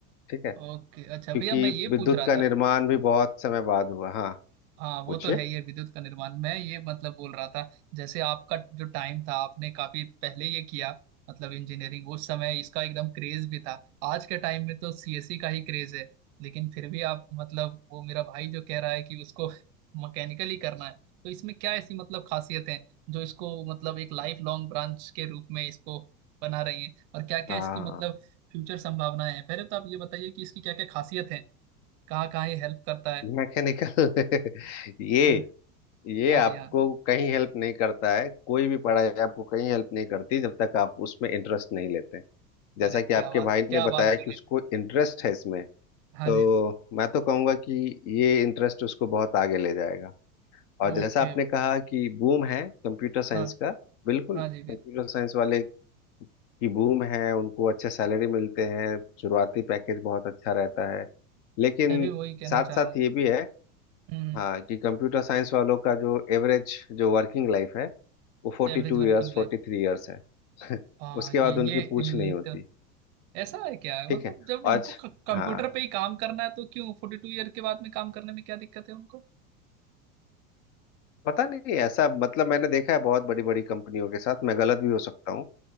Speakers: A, on the left (about 55°); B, on the right (about 45°).
A: ठीक है
B: ओके अच्छा
A: क्योंकि
B: भैया मैं ये
A: विद्युत
B: पूछ रहा
A: का
B: था
A: निर्माण भी बहुत समय बाद हुआ हाँ
B: हाँ वो
A: पूछिए
B: तो है ही है विद्युत का निर्माण मैं ये मतलब बोल रहा था जैसे आपका जो टाइम था आपने काफी पहले ये किया मतलब इंजीनियरिंग उस समय इसका एकदम क्रेज भी था आज के टाइम में तो सीएससी का ही क्रेज है लेकिन फिर भी आप मतलब वो मेरा भाई जो कह रहा है कि उसको <laughs> मैकेनिकल ही करना है तो इसमें क्या ऐसी मतलब खासियत है जो इसको मतलब एक लाइफ लॉन्ग ब्रांच के रूप में इसको बना रही है और क्या क्या
A: हाँ
B: इसकी मतलब फ्यूचर संभावनाएं हैं पहले तो आप ये बताइए कि इसकी क्या क्या खासियत है कहाँ कहाँ ये हेल्प करता है
A: मैकेनिकल <laughs> ये
B: हाँ
A: ये
B: हाँ
A: आपको
B: जी हाँ
A: कहीं हेल्प नहीं करता है कोई भी पढ़ाई आपको कहीं हेल्प नहीं करती जब तक आप उसमें इंटरेस्ट नहीं लेते जैसा
B: अरे
A: कि
B: क्या
A: आपके
B: बात
A: भाई
B: क्या
A: ने बताया
B: बात बोली
A: कि उसको
B: भाई।
A: इंटरेस्ट है इसमें
B: हाँ
A: तो
B: जी
A: मैं तो कहूंगा कि ये इंटरेस्ट उसको बहुत आगे ले जाएगा और
B: ओके
A: जैसा आपने कहा कि बूम है कंप्यूटर साइंस
B: हाँ
A: का बिल्कुल
B: हाँ जी भी
A: कंप्यूटर साइंस वाले की बूम है उनको अच्छे सैलरी मिलते हैं शुरुआती पैकेज बहुत अच्छा रहता है लेकिन
B: मैं भी वही कहना
A: साथ
B: चाह
A: साथ
B: रहा हूँ
A: ये भी है
B: हम्म
A: हाँ कि कंप्यूटर साइंस वालों का जो एवरेज जो वर्किंग लाइफ है वो फोर्टी
B: Average
A: टू
B: working
A: ईयर्स फोर्टी
B: life
A: थ्री ईयर्स है <laughs>
B: हाँ
A: उसके
B: ये
A: बाद
B: ये
A: उनकी पूछ
B: ये
A: नहीं
B: एक
A: होती
B: तो ऐसा है क्या है
A: ठीक
B: मतलब
A: है
B: जब उनको
A: आज
B: कंप्यूटर
A: हाँ
B: पे ही काम करना है तो क्यों फोर्टी टू ईयर के बाद में काम करने में क्या दिक्कत है उनको
A: पता नहीं ऐसा मतलब मैंने देखा है बहुत बड़ी बड़ी कंपनियों के साथ मैं गलत भी हो सकता हूँ